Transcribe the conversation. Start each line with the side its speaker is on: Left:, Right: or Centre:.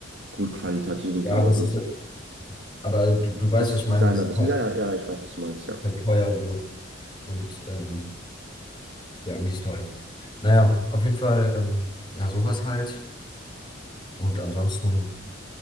Right: gut qualitativen
Left: ja,
Right: Klamotten.
Left: das ist. Aber du, du weißt,
Right: Das
Left: was ich
Right: Designerwissen,
Left: meine, es ist halt,
Right: ja, ja, ja, ich weiß, was du meinst, ja.
Left: ist halt teuer so und ähm, ja, mies teuer. Naja, auf jeden Fall, ähm, ja, sowas halt. Und ansonsten